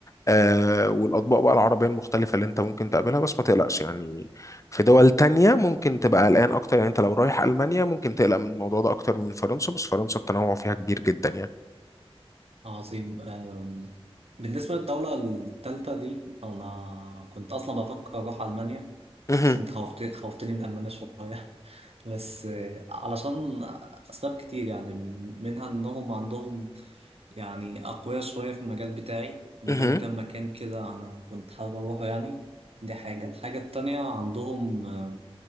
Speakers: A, on the left; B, on the right.
A: آه والأطباق بقى العربية المختلفة اللي أنت ممكن تقابلها بس ما تقلقش يعني في دول تانية ممكن تبقى قلقان أكتر يعني أنت لو رايح ألمانيا ممكن تقلق من الموضوع ده أكتر من فرنسا بس فرنسا التنوع فيها كبير جدا يعني
B: عظيم أم، بالنسبة للدولة التالتة دي أنا كنت أصلا بفكر أروح ألمانيا
A: مهم.
B: بس أنت خوفت خوفتني من ألمانيا شوية <laughs> بس آه، علشان أسباب كتير يعني منها إنهم عندهم يعني أقوياء شوية في المجال بتاعي عندهم
A: مهم.
B: كام مكان كده أنا كنت حابب أروحه يعني دي حاجة الحاجة التانية عندهم آه،